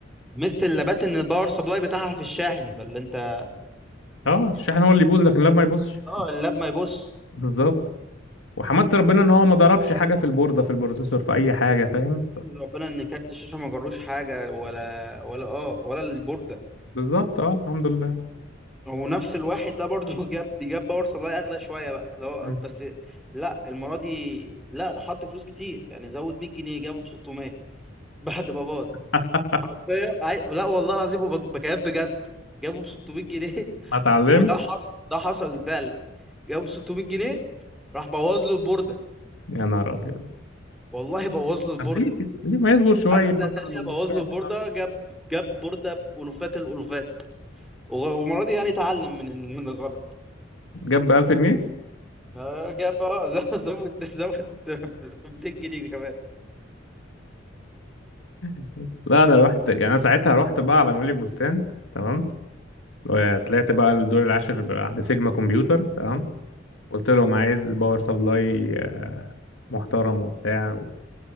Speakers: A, in the centre; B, on the left.
A: ميزه اللابات ان الباور سبلاي بتاعها في الشاحن فاللي انت
B: اه الشحن هو اللي يبوظ لكن لا ما يبوظش
A: اه اللاب ما يبص
B: بالظبط وحمدت ربنا ان هو ما ضربش حاجه في البورده في البروسيسور في اي حاجه فاهم
A: احمد ربنا ان كارت الشاشه ما جروش حاجه ولا ولا اه ولا البورده
B: بالظبط اه الحمد لله
A: ونفس الواحد ده برضو <laughs> جاب جاب باور سبلاي اغلى شويه بقى اللي هو
B: مم.
A: بس لا المره دي لا حط فلوس كتير يعني زود 100 جنيه جابه ب 600 <laughs> بعد ما باظ
B: <laughs>
A: حرفيا عاي- لا والله العظيم وبك- بكلام بجد جابه ب 600 جنيه <laughs>
B: ما اتعلم
A: وده حصل ده حصل فعلا جابه ب 600 جنيه راح بوظ له البورده
B: يا نهار ابيض
A: والله بوظ له البورده
B: طب ليه كده؟ ليه ما يصبر شويه
A: حفله
B: مثلا
A: تانية
B: ويجيب
A: بوظ
B: واحد
A: له البورده
B: محترم؟
A: جاب جاب بورده بألوفات الألوفات و- والمره دي يعني اتعلم من من الغلط
B: جاب ب 1000 جنيه
A: آه، جاب اه <laughs> زود زود <laughs> 200 جنيه كمان
B: <laughs> لا انا رحت يعني انا ساعتها رحت بقى على مول البستان تمام وطلعت بقى الدور العاشر بقى عند سيجما كمبيوتر تمام قلت لهم عايز باور سبلاي آه، محترم وبتاع و...